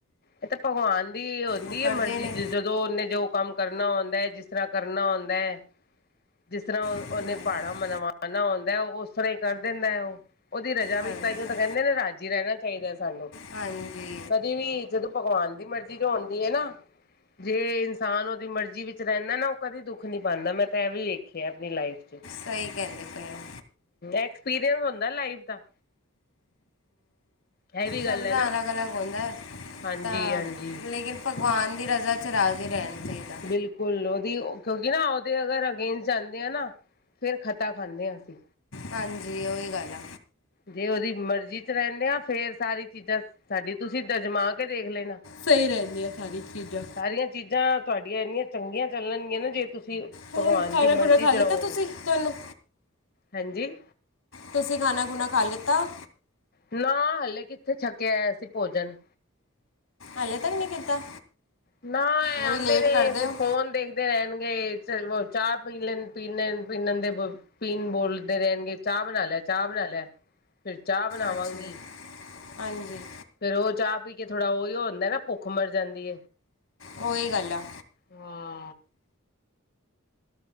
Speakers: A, on the left; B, on the left.
A: ਇਹ ਤੇ ਭਗਵਾਨ ਦੀ ਹੁੰਦੀ
B: ਉਹ ਕਰਦੇ
A: ਹੈ ਮਰਜ਼ੀ
B: ਨੇ
A: ਜਦੋਂ ਉਹਨੇ ਜੋ ਕੰਮ ਕਰਨਾ ਆਉਂਦਾ ਹੈ ਜਿਸ ਤਰ੍ਹਾਂ ਕਰਨਾ ਹੁੰਂਦਾ ਹੈ। ਜਿਸ ਤਰ੍ਹਾਂ
B: ਨਹੀਂ,
A: ਉਹਨੇ ਪਹਾੜਾ ਮਨਵਾਣਾ ਆਉਂਦਾ ਹੈ ਉਸ ਤਰ੍ਹਾਂ ਹੀ ਕਰ ਦਿੰਦਾ ਹੈ ਉਹ ਉਹਦੀ ਰਜਾ
B: ਕਰਦੇ
A: ਵਿੱਚ ਤਾਂਈਓ
B: ਨੇ
A: ਤਾਂ ਕਹਿੰਦੇ ਨਾ ਰਾਜ਼ਜੀ ਰਹਿਣਾ ਚਾਹੀਦਾ ਸਾਨੂੰ।
B: ਹਾਂਜੀ।
A: ਕਦੀ ਵੀ ਜਦੋਂ ਪਕਵਾਨ ਦੀ ਮਰਜ਼ੀ ਜੋ ਆਂਦੀ ਹੈ ਨਾ। ਜੇ ਇਨਸਾਨ ਉਹਦੀ ਮਰਜ਼ੀ ਵਿੱਚ ਰਹਿੰਦਾ ਨਾ ਉਹ ਕਦੇ ਦੁੱਖ ਨੀ ਪਾਉਂਦਾ ਮੈਂ ਤਾਂ ਇਹ ਵੀ ਵੇਖਿਆ ਆਪਣੀ ਲਾਈਫ।
B: ਸਹੀ ਕਹਿੰਦੇ ਪਏ ਹੋ
A: ਐਕਸਪੀਰੀਅੰਸ ਹੁੰਦਾ ਲਾਈਫ ਦਾ। ਹੈਵੀ ਗੱਲ
B: ਸਭ
A: ਹੈ
B: ਦਾ
A: ਨਾ।
B: ਅਲੱਗ ਅਲੱਗ ਹੁੰਦਾ
A: ਹਾਂਜੀ
B: ਤਾਂ
A: ਹਾਂਜੀ
B: ਲੇਕਿਨ ਭਗਵਾਨ ਦੀ ਰਜ਼ਾ 'ਚ ਰਾਜ਼ੀ ਰਹਿਣਾ ਚਾਹੀਦਾ।
A: ਬਿਲਕੁਲ ਉਹਦੀ ਕਿਉਂਕਿ ਨਾ ਉਹਦੇ ਅਗਰ ਅਗੇਨਸਟ ਜਾਂਦੇ ਆ ਨਾ। ਫਿਰ ਖਤਾ ਖਾਂਦੇ ਹਾਂ ਅਸੀਂ।
B: ਹਾਂਜੀ ਉਹੀ ਗੱਲ ਆ।
A: ਜੇ ਉਹਦੀ ਮਰਜ਼ੀ ਚ ਰਹਿੰਦੇ ਆ ਫੇਰ ਸਾਰੀ ਚੀਜ਼ਾਂ ਸਾਡੀ ਤੁਸੀਂ ਦਜਮਾ ਕੇ ਦੇਖ ਲੈਣਾ।
B: ਸਹੀ ਰਹਿੰਦੀਆਂ ਸਾਰੀ ਚੀਜ਼ਾਂ।
A: ਸਾਰੀਆਂ ਚੀਜ਼ਾਂ ਤੁਹਾਡੀਆਂ ਇੰਨੀਆਂ ਚੰਗੀਆਂ ਚੱਲਣਗੀਆਂ ਨਾ ਜੇ ਤੁਸੀਂ
B: ਹੋਰ
A: ਭਗਵਾਨ
B: ਖਾਣਾ
A: ਦੀ
B: ਖੁਣਾ
A: ਮਰਜ਼ੀ
B: ਖਾ
A: ਚ
B: ਲਿੱਤਾ
A: ਰਹੋਗੇ
B: ਤੁਸੀਂ ਤੁਹਾਨੂੰ
A: ਹਾਂਜੀ
B: ਤੁਸੀਂ ਖਾਣਾ ਖੁਣਾ ਖਾ ਲਿੱਤਾ।
A: ਨਾ ਹਲੇ ਕਿੱਥੇ ਛੱਕਿਆ ਐ ਭੋਜਨ।
B: ਹਲੇੇ ਤੱਕ ਨੀ ਕੀਤਾ।
A: ਨਾ ਇਹ
B: ਬੜੀ
A: ਆਉਂਦੇ
B: ਲੇਟ
A: ਨੇ
B: ਕਰਦੇ
A: ਫਿਰ
B: ਹੋ
A: ਫੋਨ ਦੇਖਦੇ। ਰਹਿਣਗੇ ਚਾਹ ਪੀ ਲੈਣ ਪੀ ਲੈ ਪੀਣ ਦੇ। ਪੀਨ ਬੋਲਦੇ ਰਹਿਣਗੇ ਚਾਹ ਬਣਾ ਲੈ ਚਾਹ ਬਣਾ ਲੈ। ਫਿਰ ਚਾਹ ਬਣਾਵਾਂਗੀ।
B: ਅੱਛਾ ਹਾਂਜੀ
A: ਫੇਰ ਉਹ ਚਾਹ ਪੀ ਕੇ ਥੋੜਾ ਉਓ ਹੁੰਦਾ ਨਾ ਭੁੱਖ ਮਰ ਜਾਂਦੀ।
B: ਉਹੀ ਗੱਲ ਆ।
A: ਹਾਂ।